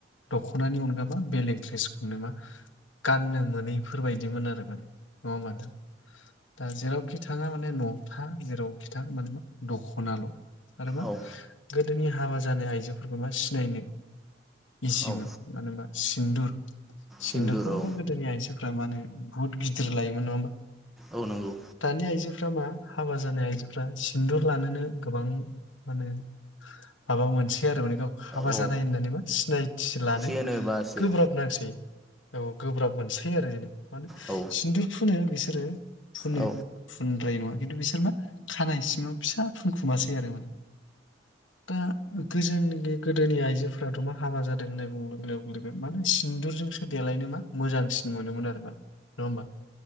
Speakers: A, on the left (about 85°); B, in the centre.
A: दखनानि अनगाबा बेलेग द्रेसखौनो मा गाननो मोनैफोर बायदिमोन आरो माने औ माथो दा जेरावखि थाङा माने नखथा जेरावखि था माने मा दख'नाल आरो मा
B: औ
A: जोंनि हाबा जानाय आइजोफोरखौ मा सिनायनो इजिमोन
B: औ
A: मानो <unintelligible> इन्दुर सिन्दुरखौथ
B: सिन्दुर औ
A: गोदोनि आइजोफ्रा मा होनो? गुहुत गिदिर लायोमोन नङा होमबा
B: औ नंगौ
A: दानि आइजोफ्रा मा? हाबा जानाय आइजोफ्रा सिन्दुर लानोनो गोबां मानो माबा मोनसै आरो माने गावखौ हाबा
B: औ
A: जानाय होननानैबो मा सिनायथि लानो
B: होनो बासै
A: गोब्राब नांसै औ गोब्राब मोनसै थि आरो मानो
B: औ
A: सिन्दुर फोनो बेसो सोरो फुनो
B: औ
A: फुनद्राय नङा खिन्थु बिसोर मा खानाय सिङाव फिसा फुनखुमासै आरो माने दा गोजोनि गोदोनि आइजोफोराथ मा हाबा जादों होननाय बुं लोगो लोगो मा सिन्दुरजोंसो देलायनो मा मोजांसिन मोनोमोन आरो मा नङा होमबा